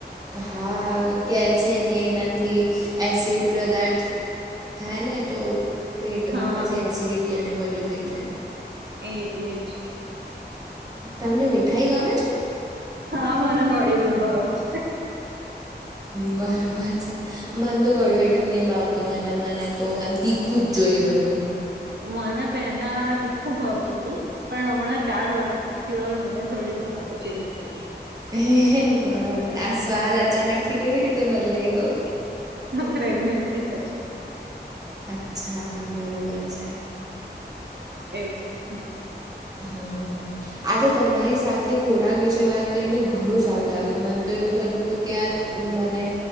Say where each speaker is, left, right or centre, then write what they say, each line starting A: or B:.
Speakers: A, on the right; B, on the right.
A: હા કે છે કે એનાથી એસિડ પદાર્થ- થાય ને તો- પેટમાં
B: હા
A: પછી એસિડિટી એને વધુ થઈ જાય.
B: એજ એજ-
A: તમને મીઠાઈ ગમે છે?
B: હા મને ગળ્યું બહુ ભાવે છે.
A: બરોબર છ મન તો ગળ્યું એટલું નહીં ભાવ તો એ મને તો એમ તીખું જ જોઈએ બધું-
B: મને પેલા તીખું ભાવતું હતું. પણ હમણાં ચાર વર્ષથી હવે મને ગળ્યું ભાવે છે એવું થઈ ગયું
A: હે! બરોબર. આ સ્વાદ અચાનક થી કેવી રીતે બદલાઈ ગયો?
B: પ્રેગ્નેન્સી પછી
A: અચ્છા બરોબર છે.
B: એવું છે <inaudible>
A: હમ આજે તમારી સાથે ખોરાક વિશે વાત કરીને ઘણું સારું લાગ્યું. મન તો એવું થતું હતું કે યાર મને